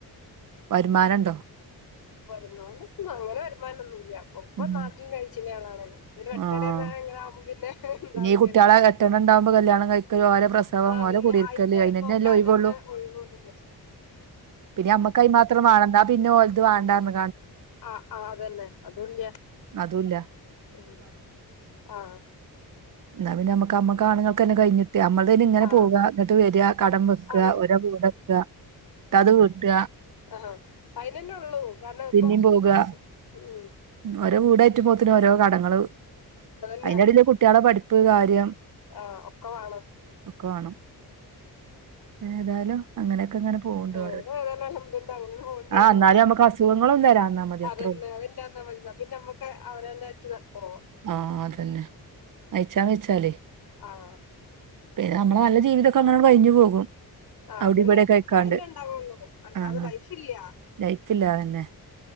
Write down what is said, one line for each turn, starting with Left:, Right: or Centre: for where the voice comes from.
Right: വരുമാനം ഉണ്ടോ
Left: വരുമാനം അങ്ങനെ വരുമാനം ഒന്നും ഇല്ല ഉപ്പ
Right: ഉം
Left: നാട്ടിൽ കഴിച്ചില്ല ആളാണല്ലോ ര് വെട്ടണന്ന
Right: ആഹ്
Left: ഇങ്ങനെ ആകുമ്പ പിന്നെ ഇണ്ടാവില്ലല്ലോ
Right: ഇനി ഈ കുട്ട്യാളെ എട്ടെണ്ണം ഇണ്ടാവുമ്പോ കല്യാണം കഴിക്കല് ഓലെ പ്രസവം
Left: ആഹ് അതന്നെ
Right: ഓലെ കുടിയിരിക്കല്
Left: അയിന്
Right: അയിനന്നെല്ലേ
Left: നോക്കാൻ
Right: ഒഴിവൊള്ളൂ
Left: തന്നെ ഒഴിവൂന്ന
Right: പിന്നെമ്മക്ക്ക്കൈ മാത്രം വളന്നാ വേണ്ടാ പിന്നെ ഒള്ത് വേണ്ടന്ന്
Left: ആഹ് ആഹ് അതന്നെ അതുല്ലൃ
Right: അതുല
Left: ഉം ആഹ്
Right: എന്നാ പിന്ന നമുക്ക നമ്മക്കാണുൾക്കന്നെ കഴിഞ്ഞു നമ്മുടെന് ഇങ്ങനെ
Left: ആ
Right: പോവുക എന്നിട്ട് വരിക കടം വെക്കുക
Left: അതൻ
Right: ഓരോ വീട് വെക്കുക അത് വിട്ട്ക
Left: ആഹാ അതിനനന്നെ ഉള്ളൂ കാരണം
Right: പിന്നിം
Left: ഇപ്പൊ
Right: പോകാ
Left: ഉ
Right: ഓരോ വീടയറ്റുമ്പോത്തിന് ഓരോ കടങ്ങള്
Left: അതന്നെ
Right: അതിന്റെടെക്ക് കുട്ടികളെ പഠിപ്പ് കാര്യം
Left: ആ ഒക്കെ വേണം
Right: ഒക്കെ വേണം ഏതായാലും അങ്ങനെയൊക്കെ ഇങ്ങനെ പോവ്ണ്ട്
Left: അങ്ങനെ
Right: ഓരോ
Left: ഏതൽ അൽഹംദുലില്ല അങ്ങന പോകണ്ടേറിയ
Right: ആഹ് ന്നാലും നമ്മക്ക് അസുഖങ്ങളും വരാന്നാ മതി
Left: അതന്ന
Right: അത്രൊള്ളൂ
Left: അല്ലാന്നാ പിന്നെ നമ്മുക്ക് അവനന്നട്ട് പോവ
Right: ആഹ അതന്നെ അയച്ചാൻ വെച്ചാലേ
Left: ആഹ്
Right: പിന്ന നമ്മള നല്ല ജീവിതൊക്കെ അങ്ങനങട് കഴിഞ്ഞു പോകും
Left: ആ
Right: അവടിം
Left: അതന്നെ
Right: ഇവടിം ഒക്കെ ആയിക്കാണ്ട്
Left: അന്നെ ഇണ്ടാവുള്ളൂ അല്ലാത
Right: ആഹ്
Left: ലൈഫില്ല്യ
Right: ലൈഫില്ല അതന്നെ